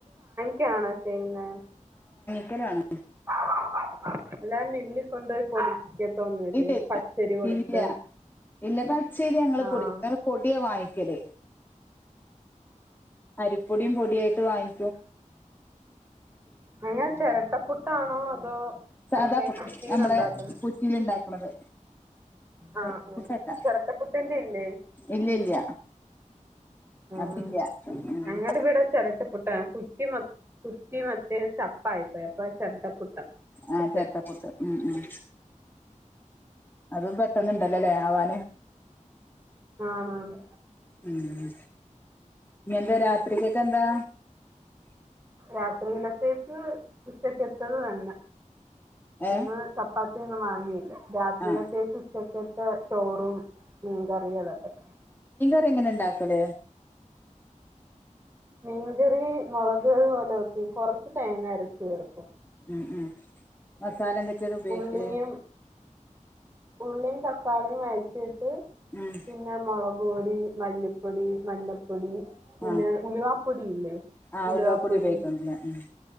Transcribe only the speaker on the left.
ക്കലാണ്
ഇല്ലില്ല
ഇല്ല ഇല്ല പച്ചരി ഞങ്ങൾ
പൊടിക്കാറില്ല, ഞങ്ങൾ പൊടിയാ വാങ്ങിക്കല് അരിപ്പൊടിം പൊടിയായിട്ട് വാങ്ങി
സാധാ
പുട്ട്
നമ്മളെ കുറ്റിയില് ഉണ്ടാക്ണത്.
ചിരട്ടപ്പുട്ട്
അല്ല,
ഇല്ല ഇല്ല
അതില്ല ഉം
ആ
ചെരട്ടപ്പുട്ട് ഉം ഉം അതും പെട്ടന്ന് ഉണ്ടല്ലല്ലേ ആവാൻ
ഉം ഇനി എന്താ രാത്രിക് ക്കെന്താ
ഏ
ആ
കറി എങ്ങനാ ഉണ്ടാക്കൽ
ആഹ് ആഹ് മസാല എന്താണ് ഉപയോഗിക്കല്
ഉം
ആ
ആ
ഉലുവാപ്പൊടി
ഉപയോഗിക്കുന്നില്ല ഉം